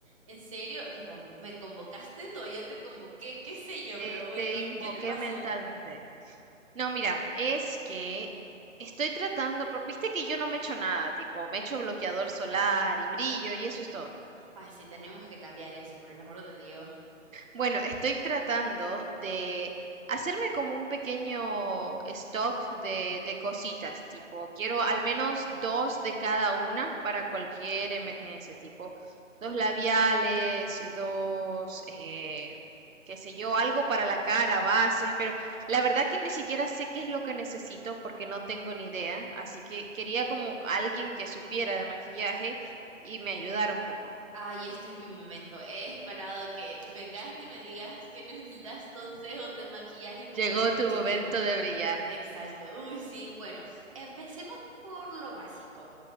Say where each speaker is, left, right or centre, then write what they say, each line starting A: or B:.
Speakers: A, on the right; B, on the right.
A: ¿En serio? ¿Te con- ¿Me convocaste <laughs> o yo te convoqué? ¿Qué sé yo?
B: Te,
A: Pero bueno,
B: te invoqué
A: ¿qué te pasó?
B: mentalmente. No, mira, es que estoy tratando, pero viste que yo no me echo nada, tipo, me echo bloqueador solar y brillo y eso es todo.
A: Ay, sí, tenemos que cambiar eso, por el amor de Dios.
B: Bueno, estoy tratando de hacerme como un pequeño stock de, de cositas, tipo, quiero al menos dos de cada una para cualquier emergencia, tipo, dos labiales, dos, eh, qué sé yo, algo para la cara, bases, pero la verdad que ni siquiera sé qué es lo que necesito porque no tengo ni idea, así que quería como alguien que supiera de maquillaje y me ayudara un poco.
A: Ay, este es mi momento. He esperado que vengas y me digas que necesitas consejos de maquillaje como
B: Llegó
A: por
B: tu
A: mucho
B: momento
A: tiempo.
B: de brillar.
A: Exacto. Uy, sí. Bueno, empecemos por lo básico.